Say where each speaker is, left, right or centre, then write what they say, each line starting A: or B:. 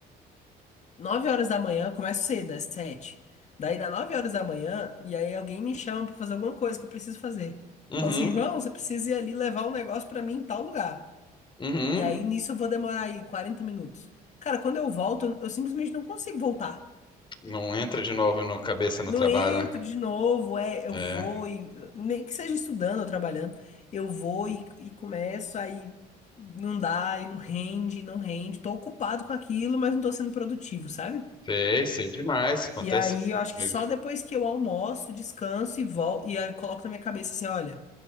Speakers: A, on the left; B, on the left.
A: Nove horas da manhã, começa cedo, é Sete. Daí dá 9 horas da manhã, e aí alguém me chama pra fazer alguma coisa que eu preciso fazer.
B: uhum,
A: Fala assim, João, você precisa ir ali levar um negócio pra mim em tal lugar.
B: uhum.
A: E aí nisso eu vou demorar aí 40 minutos. Cara, quando eu volto, eu eu simplesmente não consigo voltar.
B: Não entra de novo no cabeça no
A: Não
B: trabalho,
A: entro
B: né?
A: de novo, é, eu
B: É.
A: vou e. Nem que seja estudando ou trabalhando, eu vou e, e começo, aí não dá, e não rende, não rende. Tô ocupado com aquilo, mas não tô sendo produtivo, sabe?
B: Sei, sei demais. Acontece
A: E aí
B: muito
A: eu acho
B: comigo.
A: que só depois que eu almoço, descanso e volto, e aí coloco na minha cabeça assim, olha,